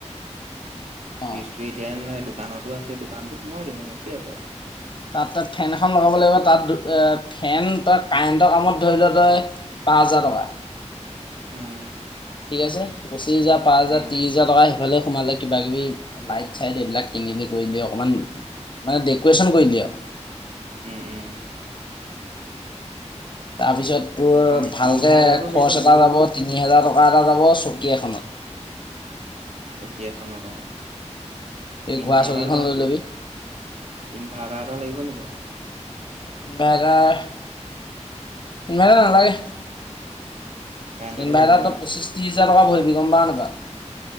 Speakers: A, on the left (about 40°); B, on the right (about 65°).
A: অ
B: ফ্ৰীজতটো এতিয়া নাই, দোকানতো আছে। দোকানতো সোমাই দিম আৰু কি আছে!
A: তাত তই ফেন এখন লগাব লাগিব। তাত এ ফেন, তই কাৰেণ্টৰ কামত ধৰি ল তই- পাঁচ হাজাৰ টকা।
B: উম।
A: ঠিক আছে। পঁচিছ হাজাৰ, পাঁচ হাজাৰ,
B: উম,
A: ত্ৰিছ- পঁচিছ হাজাৰ টকা সেইফালে সোমালে কিবা কিবি লাইট -চাইট এইবিলাক কিনিবি, কৰিবি অকণমান। মানে ডেকৰেচন কৰি দিয়?
B: উম, ওম।
A: তাৰপিছত তোৰ,
B: তাৰপা
A: ভালকে
B: ইনভাৰ্টাৰটো লাগিব
A: খৰচ
B: নি
A: এটা যাব, তিনি হেজাৰ টকা এটা যাব, চকী এখনত।
B: চকী এখনত, অ',
A: এই
B: ইনভাৰটাৰ
A: ঘোঁৰা চকীখন
B: ডাল
A: লৈ ল'বি
B: ইনভাৰটাৰ এটা লাগিব নিব।
A: ইনভাৰটাৰ, ইনভাৰটাৰ নালাগে।
B: কাৰেণ্টতে
A: ইনভাৰটাৰটো
B: হৈ যাব নাই
A: পঁচিছ ত্ৰিশ হাজাৰ টকা ভৰিবি গম পাওঁ নাপাওঁ।